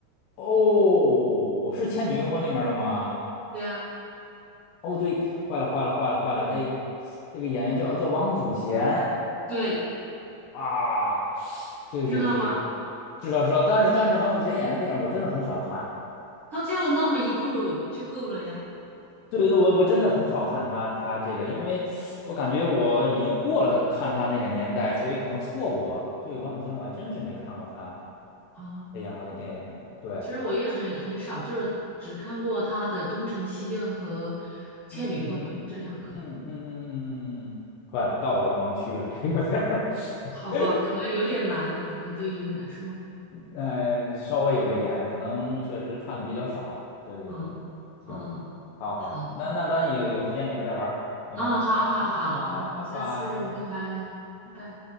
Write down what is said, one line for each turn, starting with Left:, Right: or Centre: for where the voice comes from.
Left: 哦，是《倩女幽魂》里面的吗？
Right: 对呀，
Left: 哦，对，坏了，坏了，坏了，坏了，这这个演员叫叫王祖贤
Right: 对，
Left: 啊，对对对，
Right: 知道吧？
Left: 知道知道，但是但是王祖贤演的电影我真的很少看，
Right: 他就那么一部就够了呀。
Left: 对对，我我真的很少看他他这个，因为我感觉我已经过了看他那个年代，所以可能错过了。对，王祖贤我还真是没看过他
Right: 啊，
Left: 他演过的电影，对，
Right: 其实我也很很少，就是只看过他的《东成西就》和
Left: 嗯
Right: 《倩女幽魂》这两个。
Left: 嗯嗯嗯嗯嗯嗯嗯嗯嗯，坏了，到我的盲区了，这有点儿。<laughs>
Right: 好吧，可能有点难，可能对于你来说，
Left: 嗯、呃，稍微有一点，可能确实看的比较少。对对对，
Right: 嗯嗯，
Left: 行，好好，
Right: 好，
Left: 那那咱有有时间以后再玩儿行吗？
Right: 嗯，好，好，
Left: 嗯，
Right: 好，
Left: 好好，
Right: 那下次再拜，
Left: 拜拜。
Right: 拜拜。